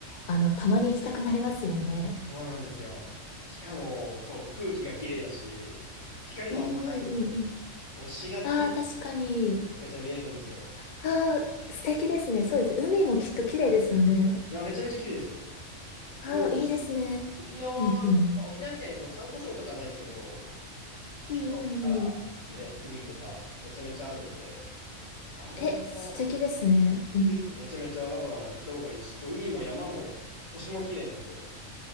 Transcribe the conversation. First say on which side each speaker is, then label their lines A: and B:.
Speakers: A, on the left (about 55°); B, on the left (about 35°).
A: あの、たまに行きたくなりますよね。
B: そうなんですよ。しかも、そう、空気が綺麗だし、光もあんまないんで、
A: うんうんうんうん。
B: 星が綺麗に
A: ああ、確かに。
B: めちゃくちゃ見えるんですよ。
A: ああ、素敵ですね。そうです。海もきっと綺麗ですよね。
B: いや、めちゃめちゃ綺麗ですよ。
A: ああ、
B: もう、
A: いいですね。
B: 沖縄、
A: うんうん。
B: まあ、沖縄みたいにその珊瑚礁とかないですけど、透き通った、
A: うんうんうん。
B: ね、海とかめちゃめちゃあるんで、あれもうん
A: え、素敵ですね。うん。
B: いいですよ。めちゃめちゃ、だから行った方がいいし、そう、海も山も星も綺麗なんで、